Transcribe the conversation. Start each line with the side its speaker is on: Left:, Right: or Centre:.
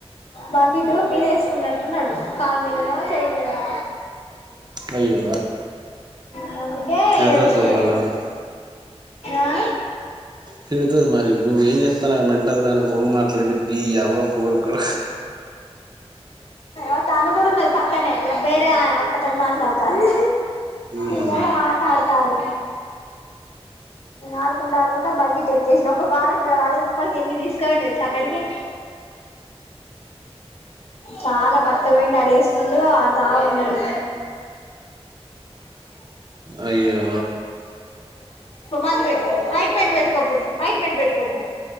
Left: బాకీటు మీద వేసుకున్నట్టున్నాడు కాల్ మీదన చేయి మీదనో
Right: అయ్యో
Left: నందుకే
Right: తిడతది
Left: ఏడుస్తంది
Right: పో మళ్ళ పడుతది
Left: ఆ
Right: తిడుతుంది మరి నువ్వు ఏంప్స్తాను ఆ మెంటల్ దాన ఫోన్ మాట్లాడకట్టి వ ఫోర్ కూడ
Left: అ తను కూడా ఉన్నది పక్కనే బేరే అక్కతోటి మాట్లాడుతాంది
Right: ఊహూ
Left: ఇళ్ల మాట్డతారు ఆడుకుంటడా ఆడుకుంటా బ్ ఇట్ ఎతేసి ఒక్క కాడు ఉంటాడుడది ఇప్పటిక ఎన్ని తీసుకోవండి తెలుసా అక్కడికి చాలా బట్ట పోయిడి ఆడేస్తుండు ఆడుతా ఉన్నాడు
Right: అయ్యో
Left: మంది పెట్టుకో యిట్ మంట్ పెట్కోపో అయిట్ మిట్ పెట్టుకోప్పు